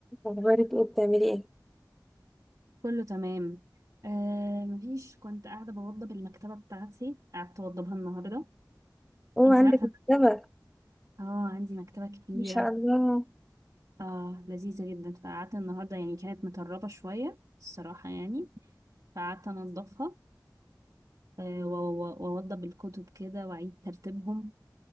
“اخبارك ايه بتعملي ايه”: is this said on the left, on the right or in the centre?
Centre